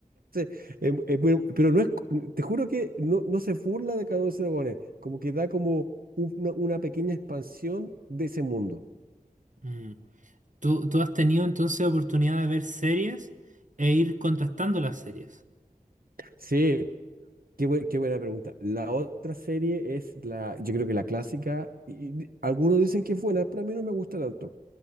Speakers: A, on the right; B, on the right.
A: Sí, eh, eh, pero, pero no es, te juro que no, no se burla de Calabozos y Dragones, como que da como un- una, una pequeña expansión de ese mundo.
B: Mm. Tú, tú has tenido entonces oportunidad de ver series e ir contrastando las series.
A: Sí, qué, buen- qué buena pregunta. La otra serie es la, yo creo que la clásica, y, y algunos dicen que es buena, pero a mí no me gusta tanto.